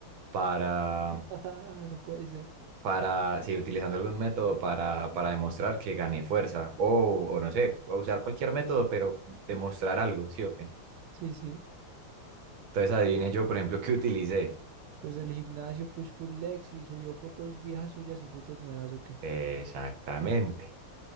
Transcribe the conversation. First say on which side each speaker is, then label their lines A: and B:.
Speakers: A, on the right (about 70°); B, on the right (about 90°).
A: para
B: <laughs> No puede ser.
A: para, si utilizando algún método para, para demostrar que gané fuerza, o, o no sé, o usar cualquier método, pero demostrar algo, ¿sí o qué?
B: Sí, sí.
A: Entonces adivine yo, por ejemplo, qué utilicé.
B: Pues el gimnasio, push pull legs y subió fotos viejas suyas y fotos nuevas, ¿o qué?
A: Exactamente.